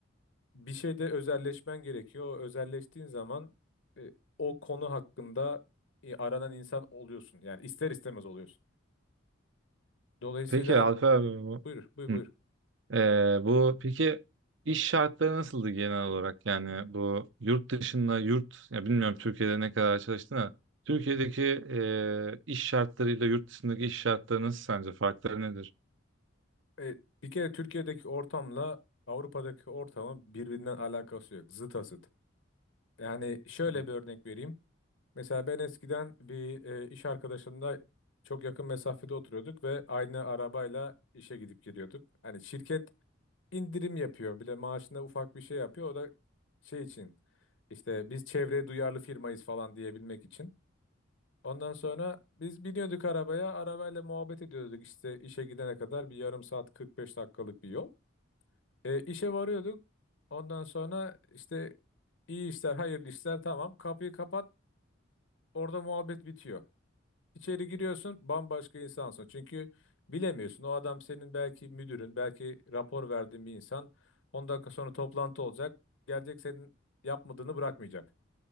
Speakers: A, on the left; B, on the right.
A: bir şeyde özelleşmen gerekiyor. O özelleştiğin zaman e, o konu hakkında e, aranan insan oluyorsun. Yani ister istemez oluyorsun. Dolayısıyla
B: Peki Alper abi bu.
A: buyur, buyur,
B: Hı.
A: buyur.
B: Ee, bu peki iş şartları nasıldı genel olarak yani bu yurt dışında yurt ya bilmiyorum Türkiye'de ne kadar çalıştın ama Türkiye'deki
A: Hı hı.
B: e, iş şartlarıyla yurt dışındaki iş şartları nasıl sence farkları nedir?
A: E, bir kere Türkiye'deki ortamla Avrupa'daki ortamın birbirinden alakası yok. Zıt asıt. Yani şöyle
B: Hmm.
A: bir örnek vereyim. Mesela ben eskiden bir e, iş arkadaşımla çok yakın mesafede oturuyorduk ve aynı arabayla işe gidip geliyorduk. Hani şirket indirim yapıyor. Bir de maaşında ufak bir şey yapıyor. O da şey için işte biz çevreye duyarlı firmayız falan diyebilmek için. Ondan sonra biz biniyorduk arabaya. Arabayla muhabbet ediyorduk işte işe gidene kadar bir yarım saat 45 dakikalık bir yol. E, işe varıyorduk. Ondan sonra işte iyi işler, hayırlı işler tamam. Kapıyı kapat. Orada muhabbet bitiyor. İçeri giriyorsun bambaşka insansın. Çünkü bilemiyorsun o adam senin belki müdürün, belki rapor verdiğin bir insan. 10 dakika sonra toplantı olacak. Gelecek senin yapmadığını bırakmayacak.